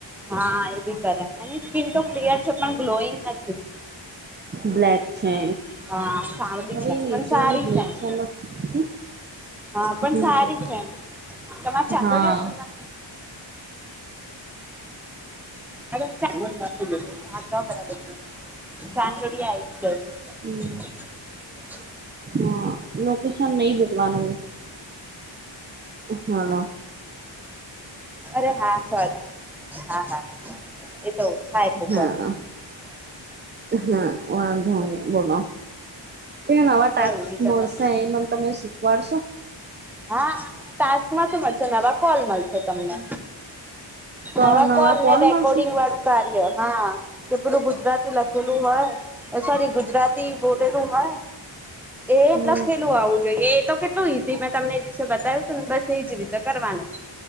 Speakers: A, in the centre; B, on the right.
A: હા, એ બી કરે એની સ્કીિન તો ક્લિયર છે, પણ ગ્લોઈંગ નથી.
B: બ્લેક છે.
A: હા સાવલી
B: હવે
A: છે
B: નેચરલી
A: પણ સારી
B: બ્લેક
A: એમ
B: છે, એમાં શું?
A: હા, પણ
B: હમ
A: સારી છે એમ. તમારે ચાંદો
B: હા
A: ન ઉતરનું. હા, તો બરાબર સાંદોડી
B: હમ
A: <unintelligible>
B: હા, લોકેશન નહી બોલવાનું. હલો.
A: અરે હા સોરી. હા હા. એ તો થાય કોક
B: હા.
A: વાર
B: હા, વાંધો નહી, બોલો. એ નવા
A: કઈ
B: ટાસ્ક
A: નહી તમે
B: મળશે એ મને તમે શીખવાડશો.
A: હા, ટાસ્કમાં શું મળશે. નવા કોલ મળશે તમને,
B: તો
A: આવા
B: નવા
A: કોલને
B: કોલ
A: રેકોર્ડિંગવાળું
B: મળશે
A: કાર્ય હા, કે પેલું ગુજરાતી લખેલું હોય. સોરી ગુજરાતી બોલેલું હોય. એ
B: હમ
A: લખેલું આવું જોઈએ તો કેટલું ઈઝી મેં તમને એ દિવસે બતાવ્યું હતું ને, બસ એજ રીતે કરવાનું.